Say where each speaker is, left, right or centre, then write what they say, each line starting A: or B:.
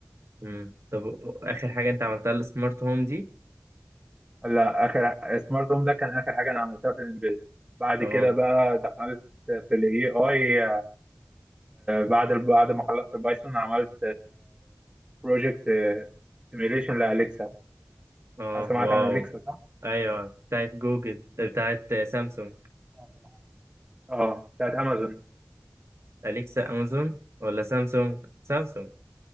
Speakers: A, on the right; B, on the right.
A: مم. طب اخر حاجه انت عملتها السمارت هوم دي
B: لا اخر سمارت هوم ده كان اخر حاجه انا عملتها في الانفيد بعد
A: اه
B: كده بقى دخلت في الاي اي بعد بعد ما خلصت البايثون عملت بروجكت سيميليشن لاليكسا
A: اه
B: سمعت
A: واو
B: عن اليكسا صح؟
A: ايوه بتاعت جوجل بتاعت سامسونج
B: آه، اه بتاعت امازون
A: اليكسا امازون ولا سامسونج سامسونج